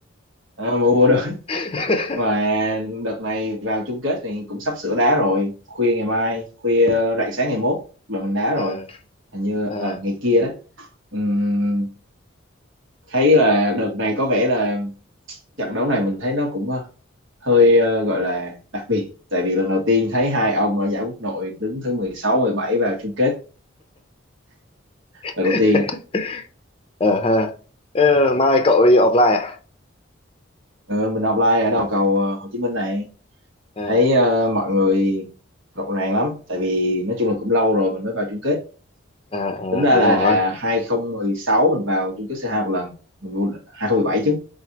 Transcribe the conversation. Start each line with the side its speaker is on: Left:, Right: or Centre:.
Right: À, MU vô
Left: <laughs>
Right: và đợt này vào chung kết thì cũng sắp sửa đá rồi khuya ngày mai khuya rạng sáng ngày mốt là mình đá
Left: Ờ,
Right: rồi hình như
Left: ờ,
Right: ở ngày kia đó Ừm, thấy là đợt này có vẻ là trận đấu này mình thấy nó cũng ờ, hơi ờ, gọi là đặc biệt tại vì lần đầu tiên thấy hai ông ở giải quốc nội đứng thứ mười sáu, mười bảy vào chung kết lần
Left: <laughs>
Right: đầu tiên á.
Left: ờ, ha. Ờ, mai cậu đi offline à?
Right: Ờ, mình offline ở đầu cầu ờ, Hồ Chí Minh này
Left: à
Right: thấy ờ, mọi người rộn ràng lắm tại vì nói chung là cũng lâu rồi mình mới vào chung kết
Left: ờ, ờ,
Right: tính ra
Left: đúng
Right: là
Left: rồi
Right: 2016 mình vào chung kết C2 một lần mình vô địch- 2017 chứ